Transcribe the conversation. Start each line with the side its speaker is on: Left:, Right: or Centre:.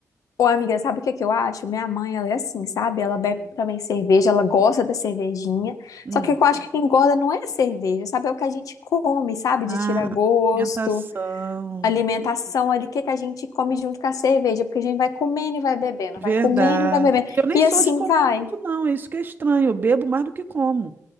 Left: Ô, amiga, sabe o que é que eu acho? Minha mãe, ela é assim, sabe? Ela bebe
Right: Hum,
Left: também cerveja, ela gosta da cervejinha.
Right: hum.
Left: Só que eu acho que quem engorda não é a cerveja, sabe? É o que a gente come, sabe?
Right: Ah,
Left: De tirar gosto,
Right: alimentação.
Left: alimentação ali, o que que a gente come junto com a cerveja, porque a gente vai comendo e vai bebendo,
Right: Verdade.
Left: vai comendo e vai bebendo.
Right: E Eu nem
Left: E
Right: sou
Left: assim
Right: de comer
Left: vai.
Right: muito, não. É isso que é estranho. Eu bebo mais do que como.